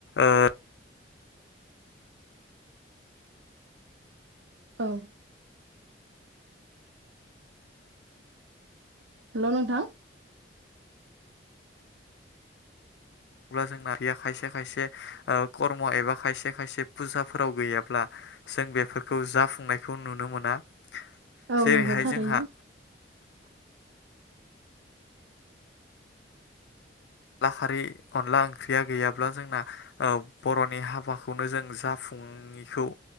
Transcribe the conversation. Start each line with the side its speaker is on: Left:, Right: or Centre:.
Left: ओ
Right: औ हेल' नोंथां
Left: अब्ला जोंना बेयो खायसे खायसे ओ कर्म एबा खायसे खायसे पुजाफोराव गैयाब्ला जों बेफोरखौ जाफुंनायखौ नुनो मोना।
Right: औ
Left: जेरैहाय
Right: नंगौ थारैनो।
Left: जोंहा अनला खारै अनला ओंख्रिया गैयाब्ला जोंना ओ बर'नि हाबाखौनो जों जाफु ङिखौ